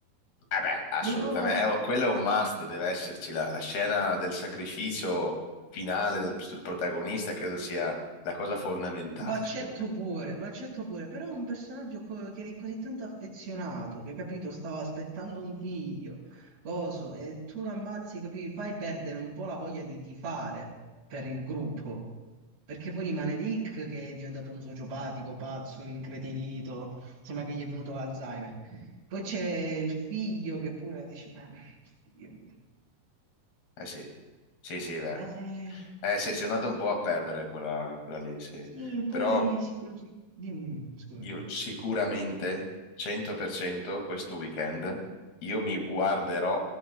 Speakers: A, on the left; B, on the right.
A: Eh beh, assolutamente,
B: Però
A: Eh, oh, quello è un must, deve esserci la, la scena del sacrificio finale del, del protagonista, credo sia la cosa fondamentale.
B: Lo accetto
A: <laughs>
B: pure, lo accetto pure, però è un personaggio co- che è così tanto affezionato, che capito, stava aspettando un figlio, coso, e tu lo ammazzi, capito, fai perdere un po' la voglia di tifare per il gruppo, perché poi rimane Rick che è diventato un sociopatico, pazzo, incretinito, sembra che gli è venuto l'Alzheimer. Poi c'è il figlio che pure dice, ma figlio.
A: Eh sì, sì, sì, beh.
B: Eh,
A: Eh, sì, si è andato un po' a perdere quella, quella lì, sì.
B: sì, poi...
A: Però
B: sì, Dimmi, dimmi, scusa.
A: io sicuramente, 100% questo weekend, io mi guarderò